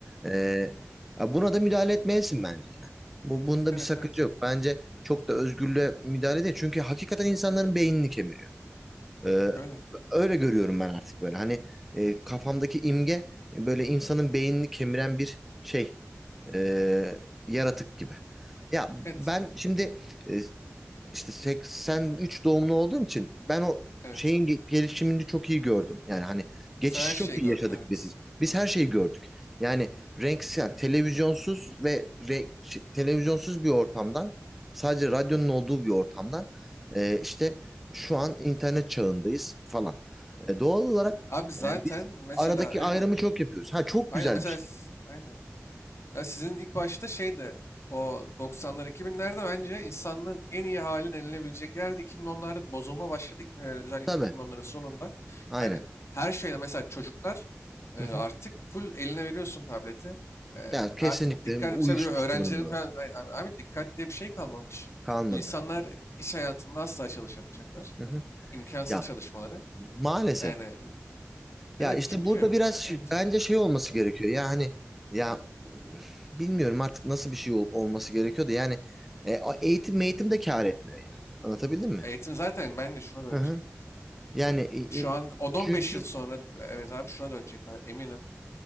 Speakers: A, in the centre; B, on the left.
A: Ee, buna da müdahale etmelisin bence yani. Bu, bunda
B: Evet
A: bir sakınca
B: evet.
A: yok. Bence çok da özgürlüğe müdahale değil. Çünkü hakikaten insanların beynini kemiriyor. Ee,
B: Öyle.
A: öyle görüyorum ben artık böyle. Hani e, kafamdaki imge e, böyle insanın beynini kemiren bir şey. e, yaratık gibi. Ya
B: Evet.
A: ben şimdi e, işte 83 doğumlu olduğum için ben o
B: Evet.
A: şeyin ge- gelişimini çok iyi gördüm. Yani hani geçişi
B: Sen her şeyi
A: çok iyi
B: gördün
A: yaşadık
B: evet.
A: biz. Biz her şeyi gördük. Yani renksiz, yani televizyonsuz ve re- ş- televizyonsuz bir ortamdan sadece radyonun olduğu bir ortamdan e, işte şu an internet çağındayız falan. E, doğal olarak
B: Abi zaten
A: e, biz
B: mesela
A: aradaki
B: aynen.
A: ayrımı çok yapıyoruz. Ha çok
B: Aynen
A: güzel
B: mesela
A: bir şey.
B: s- aynen. Ya sizin ilk başta şeydi o 90'lar 2000'lerde bence insanlığın en iyi hali denilebilecek yerde 2010'larda bir bozulma başladı. 2000'ler Özellikle
A: Tabii.
B: 2010'ların sonunda.
A: Aynen.
B: Hani her şeyde mesela çocuklar e,
A: Hı hı.
B: artık full eline veriyorsun tableti. E,
A: Ya kesinlikle
B: artık dikkat
A: uyuşmuş
B: mesela bir öğrencilerin
A: durumda.
B: falan "Ay- abi, abi dikkat diye bir şey kalmamış.
A: Kalmadı.
B: Bu insanlar iş hayatında asla çalışamayacaklar.
A: Hı hı.
B: İmkansız
A: Ya
B: çalışmaları.
A: Maalesef.
B: Yani evet
A: Ya işte
B: çünkü
A: burada biraz ş-
B: evet
A: bence şey olması gerekiyor. Ya hani ya bilmiyorum artık nasıl bir şey ol- olması gerekiyor da yani e, o eğitim eğitim de kâr etmiyor yani. Anlatabildim mi?
B: eğitim zaten bence şuna dönecek.
A: Hı hı. Yani
B: E,
A: i-
B: şu
A: i-
B: an 10-15
A: çünkü
B: yıl sonra evet abi şuna dönecek ben eminim.